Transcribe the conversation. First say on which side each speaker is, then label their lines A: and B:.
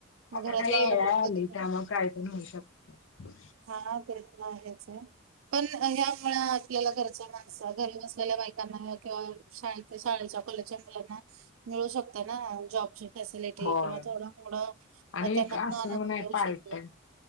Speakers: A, on the right; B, on the left.
A: मग
B: आता
A: घरातलं
B: ए
A: आवरून
B: आय आली.
A: वगैरे
B: त्यामुळं, काय पण होऊ शकतय.
A: हा, ते तर आहेचय. पण ह्यामुळे आपल्याला घरची माणसं. घरी नसलेल्या बायकांमूळ किंवा शाळेत, शाळेच्या, कॉलेजच्या मुलांना मिळू शकता ना. जॉबची फॅसिलिटी
B: होय
A: किंवा थोडं- थोडं
B: आणि
A: त्यांना पण
B: असं
A: अनुभव
B: नाही
A: येऊ
B: पार्ट
A: शकतो.
B: टाइम